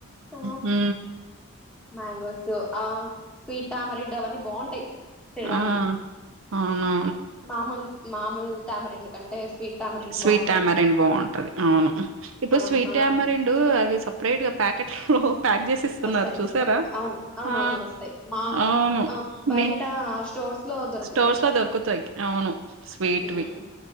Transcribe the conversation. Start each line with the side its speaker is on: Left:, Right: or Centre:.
Centre: ఆ
Right: హు
Centre: మ్యాంగోస్ ఆ స్వీట్ అమిరిడ్ అవన్నీ బాగుంటాయి తినడానికి
Right: ఆ అవునా
Centre: మామూలు మామూలు ట్యామిరిడ్ కంటే స్వీట్ టామరెండ్
Right: స్వీట్
Centre: బాగుంటది
Right: ట్యామరిన్
Centre: ఇంకా
Right: బాగుంటది అవును ఇప్పుడు
Centre: అవును
Right: స్వీట్
Centre: ఆ
Right: ట్యామరిండ్ అది సపరేట్ గా ప్యా ఓహో ప్యాక్ చేయ్ సిస్తున్నారు
Centre: వస్తాయి
Right: చూసారా
Centre: వస్తాయి అవును అవునవును
Right: ఆ
Centre: వస్తాయి మా
Right: అవును
Centre: ఆ బయట
Right: మీ
Centre: స్టోర్స్ లో దొరుకుతాయి
Right: స్టోర్స్ లో దొరకుతాయి అవును స్వీట్
Centre: ఉమ్
Right: వి